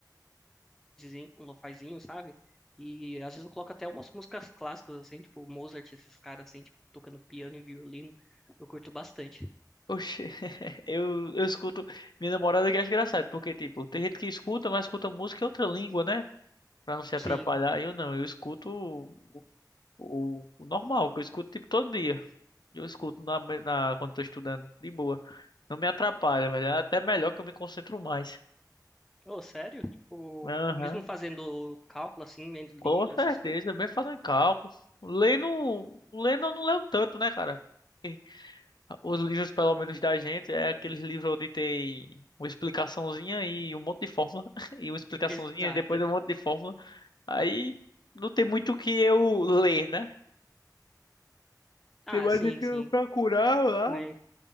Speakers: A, in the centre; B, on the left.
A: lofazinho, um lofazinho, sabe? E às vezes eu coloco até umas músicas clássicas, assim, tipo Mozart, esses caras, assim, tipo, tocando piano e violino. Eu curto bastante.
B: Oxê. <laughs> Eu, eu escuto. Minha namorada que é engraçado, porque, tipo, tem gente que escuta, mas escuta música em outra língua, né? Pra não se atrapalhar.
A: Sim.
B: Eu não, eu escuto o, o o normal, que eu escuto, tipo, todo dia. Eu escuto na, me- na, quando tô estudando, de boa. Não me atrapalha, velho. É até melhor que eu me concentro mais.
A: Oh, sério? Tipo,
B: Aham,
A: mesmo fazendo cálculo, assim, lendo
B: com
A: livro,
B: certeza.
A: essas coisas?
B: Bem fazendo cálculo. Lendo, lendo eu não leio tanto, né, cara? Porque Os livros, pelo menos da gente, é aqueles livros onde tem uma explicaçãozinha e um monte de fórmula. <laughs> E uma explicaçãozinha
A: Exato.
B: e depois um monte de fórmula. Aí não tem muito o que eu ler, né?
A: Ah,
B: Tem mais
A: sim,
B: o que
A: sim.
B: eu procurar lá.
A: Né?